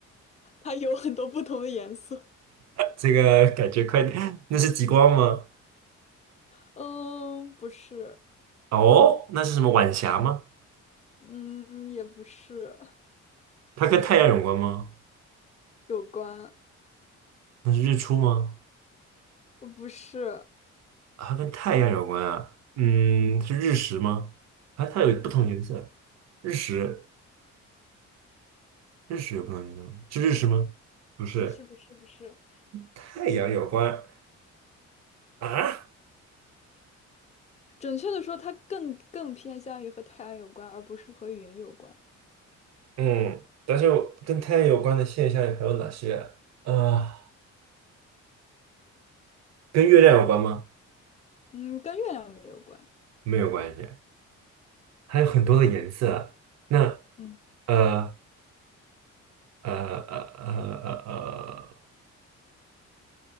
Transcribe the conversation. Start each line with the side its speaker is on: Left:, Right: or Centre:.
Left: 它有很多不同的颜色。
Right: 这个感觉快点 <laughs> 那是极光吗？
Left: 嗯，不是，
Right: 哦，那是什么晚霞吗？
Left: 嗯，也不是，
Right: 它跟太阳有关吗？
Left: 有关，
Right: 那是日出吗？
Left: 不是，
Right: 啊它跟太阳有关啊？嗯，是日食吗？啊，它有不同颜色，日食，日食有不同颜色吗？是日食吗？不是，
Left: 不是，不是，不是。
Right: 太阳有关啊？
Left: 准确的说，它更更偏向于和太阳有关，而不是和云有关。
Right: 嗯，但是我跟太阳有关的现象还有哪些啊？呃跟月亮有关吗？
Left: 嗯，跟月亮没有关。
Right: 没有关系。还有很多的颜色。那
Left: 嗯，
Right: 呃呃呃呃呃呃，